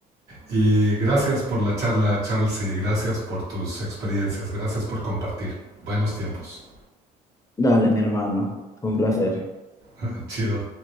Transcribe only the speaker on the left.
Dale, mi hermano, un placer.